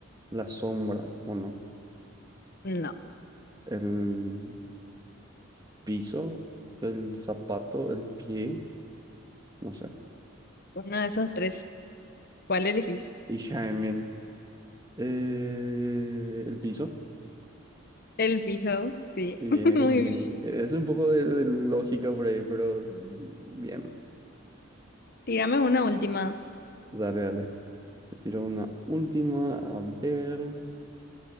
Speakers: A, on the right; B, on the left.
A: La sombra, ¿o no?
B: No,
A: el piso, el zapato, el pie, no sé.
B: uno de esos tres. ¿Cuál elegís?
A: <laughs> Y Jaime, eh, el piso.
B: El piso, sí.
A: Bien,
B: <laughs> Muy
A: bien.
B: bien.
A: Es un poco de, de lógica por ahí, pero bien.
B: Tírame una última.
A: Dale, dale. Te tiro una última. A ver.